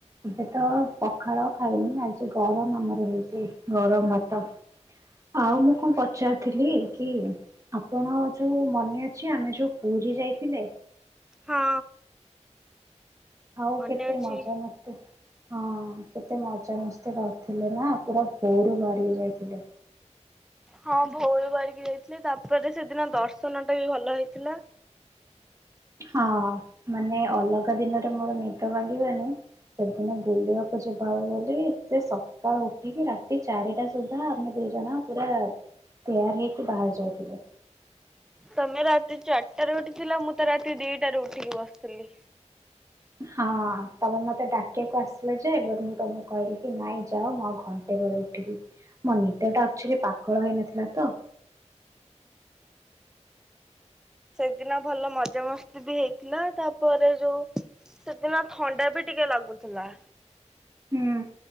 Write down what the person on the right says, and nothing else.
ଏବେ ତ ପଖାଳ ଖାଇନି ଆଜି ଗରମ ଆମର ହେଇଛି ଗରମ ଭାତ। ଆଉ ମୁଁ କଣ ପଚାରିଥିଲି କି ଆପଣ ଯୋଉ ମନେ ଅଛି ଆମେ ଯୋଉ ପୁରୀ ଯାଇଥିଲେ।
ଆଉ
କେତେ
ମଜାମସ୍ତି ହଁ କେତେ ମଜାମସ୍ତି କରିଥିଲେ ନା ପୁରା ଭୋରୁ ଭାରିକି ଯାଇଥିଲେ।
ହଁ ମାନେ ଅଲଗା ଦିନରେ ମୋର ନିଦ ଭାଙ୍ଗିବନି ସେଦିନ ବୁଲିବାକୁ ଯିବା ହବ ବୋଲି ଏତେ ସକାଳୁ ଉଠିକି ରାତି ଚାରିଟା ସୁଦ୍ଧା ଆମେ ଦି ଜଣ ପୁରା ତେୟାର ହେଇକି ବାହାରି ଯାଇଥିଲେ।
ହଁ ତମେ ମତେ ଡାକିବାକୁ ଆସିଲ ଯେ? ବଟ ମୁଁ ତମକୁ କହିଲି କି ନାଇଁ ଯାଅ ମୁଁ ଆଉ ଘଣ୍ଟେ ପରେ ଉଠିବି ମୋ ନିଦ ଟା ଆକ୍ଚୁଆଲି ପାାକଳ ହୋଇନଥିଲା ତ।
ହୁଁ